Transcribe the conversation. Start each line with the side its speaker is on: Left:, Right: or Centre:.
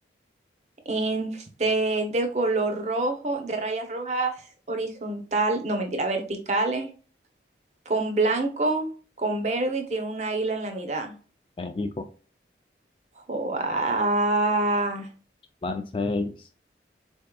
Right: Este, de color rojo, de rayas rojas, horizontal, no, mentira, verticales, con blanco, con verde y tiene una isla en la mitad.
Left: México,
Right: Joa,
Left: van seis.